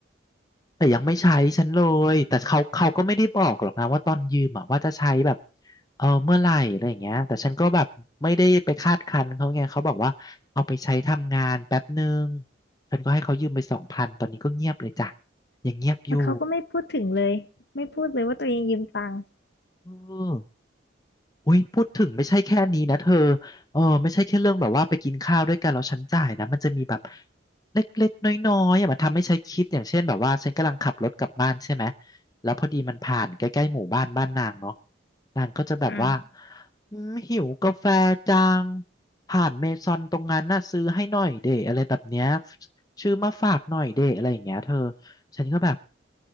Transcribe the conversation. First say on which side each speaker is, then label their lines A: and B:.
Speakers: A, on the left (about 20°); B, on the left (about 55°).
A: แต่ยังไม่ใช้ฉันเลย แต่เขาเขาก็ไม่ได้บอกหรอกนะว่าตอนยืมอะว่าจะใช้แบบเออเมื่อไหร่อะไรอย่างเงี้ยแต่ฉันก็แบบไม่ได้ไปคาดคั้นเขาไง เขาบอกว่าเอาไปใช้ทำงานแป๊บหนึ่งฉันก็ให้เขายืมไปสองพันตอนนี้ก็เงียบเลยจ้ะยังเงียบอยู่
B: แล้วเขาก็ไม่พูดถึงเลยไม่พูดเลยว่าตัวเองยืมตังค์
A: เออ อุ้ยพูดถึงไม่ใช่แค่นี้นะเธอเออไม่ใช่แค่เรื่องแบบว่าไปกินข้าวด้วยกันแล้วฉันจ่ายนะมันจะมีแบบเล็กๆน้อยๆอย่ามาทำให้ฉันคิดอย่างเช่นแบบว่าฉันกำลังขับรถกลับบ้านใช่ไหมแล้วพอดีมันผ่านใกล้ๆหมู่บ้านบ้านนางเนาะนางก็จะแบบว่า
B: อืม
A: อืมหิวกาแฟจังผ่านเมซอนตรงนั้นน่ะซื้อให้หน่อยเดอะไรแบบเนี้ยชื่อมาฝากหน่อยเดอะไรอย่างเงี้ยเธอฉันก็แบบ